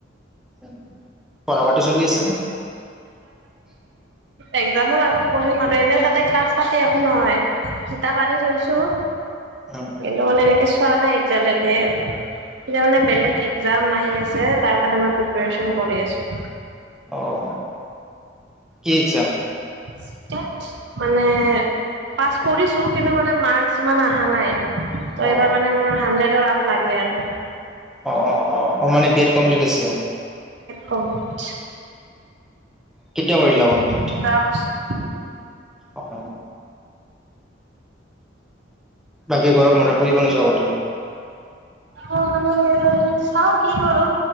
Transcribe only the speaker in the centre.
পঢ়া-পাতি চলি আছে?
উম উম
অ'। কি এক্সাম?
অ
অ অ অ অ', মানে বি এড কমপ্লিট আছে।
কেতিয়া কৰিলা
কমপ্লিট
অ'। বাকী গৰম বন্ধত ফুৰিব নোযোৱা ক'তো?